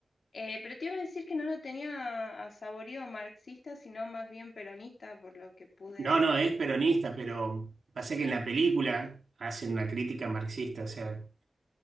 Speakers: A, on the left; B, on the right.
A: eh, pero te iba a decir que no lo tenía a saborido marxista, sino más bien peronista, por lo que pude.
B: No, no, es peronista, pero pasa que en la película hacen una crítica marxista, o sea,